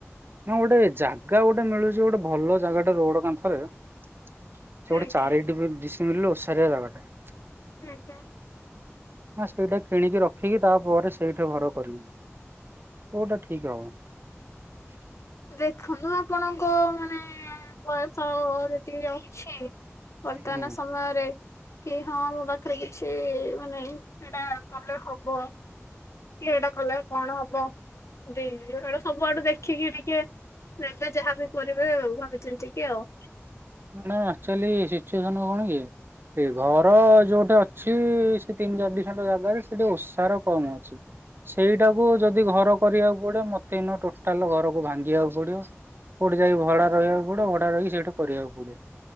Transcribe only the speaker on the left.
ଆଜ୍ଞା
ଆଜ୍ଞା।
ଦେଖନ୍ତୁ ଆପଣଙ୍କ। ମାନେ ବୟସ। ତିି ଅଛି। ବର୍ତ୍ତମାନ
ସମୟରେ। କି ହଁ ମୋ ପାଖରେ କିଛି ମାନେ ଏଇଟା କଲେ ହବ କି ଏଇଟା କଲେ କଣ ହବ ଏଇଟା ସବୁଆଡେ ଦେଖିକି। ଟେ ଏବେ ଯାହାବି କରିବେ ଭାବି ଚିନ୍ତିକି ଆଉ।